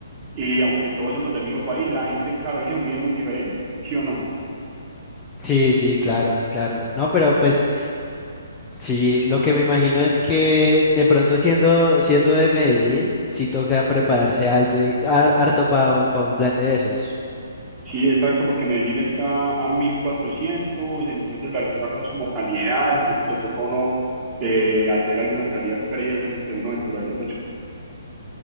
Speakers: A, on the right; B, on the left.
A: y aunque todos somos del mismo país, la gente en cada región vive muy diferente, ¿sí o no?
B: Sí, sí, claro, claro. No, pero pues sí, lo que me imagino es que de pronto siendo, siendo de Medellín, sí toca prepararse alto y- har- harto para un plan de esos.
A: Sí, exacto, porque Medellín está a 1400, entonces la altura no es como tan ideal, siempre le toca a uno eh, hacer algunas salidas previas antes de uno aventurarse, pues